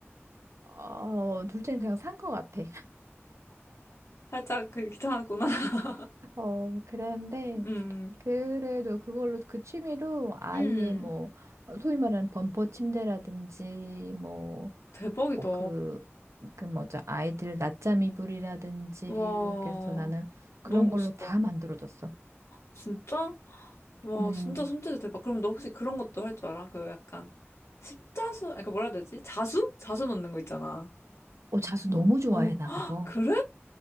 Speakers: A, on the right; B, on the left.
A: 어, 둘째는 그냥 산 거 같아.
B: 살짝 그 귀찮았구나. <laughs>
A: 어, 그랬는데,
B: 음,
A: 그래도 그걸로, 그 취미로 아이의
B: 음.
A: 뭐, 어, 소위 말하는 범퍼 침대라든지, 뭐,
B: 대박이다.
A: 뭐 그, 그 뭐죠, 아이들 낮잠 이불이라든지,
B: 와,
A: 그래서 나는
B: 너무
A: 그런
B: 멋있다.
A: 걸로 다 만들어줬어.
B: 진짜? 와,
A: 음.
B: 진짜 손재주 대박. 그럼 너 혹시 그런 것도 할 줄 알아? 그 약간 십자수, 아니, 그 뭐라 해야 되지? 자수? 자수 넣는 거 있잖아.
A: 어, 자수 너무 좋아해,
B: 어,
A: 나
B: <gasps> 헉,
A: 그거.
B: 그래?